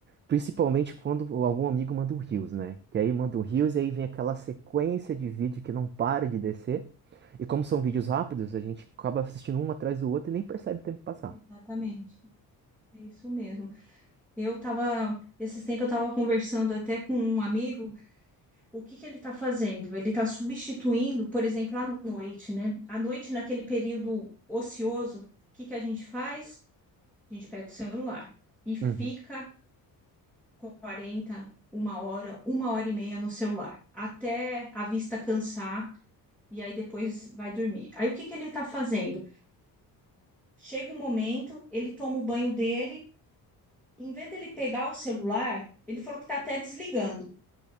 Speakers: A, on the right (about 30°); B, in the centre.
A: Principalmente quando algum amigo manda um Reels, né? Que aí manda um Reels e aí vem aquela sequência de vídeo que não para de descer. E como são vídeos rápidos, a gente acaba assistindo um atrás do outro e nem percebe o tempo passar.
B: Exatamente. É isso mesmo. Eu tava, esses tempos eu tava conversando até com um amigo, o que que ele tá fazendo? Ele tá substituindo, por exemplo, à noite, né? À noite, naquele período ocioso, o que que a gente faz? A gente pega o celular e fica
A: Uhum,
B: quarenta uma hora, uma hora e meia no celular, até a vista cansar e aí depois vai dormir. Aí o que que ele está fazendo? Chega um momento, ele toma o banho dele, em vez dele pegar o celular, ele falou que está até desligando.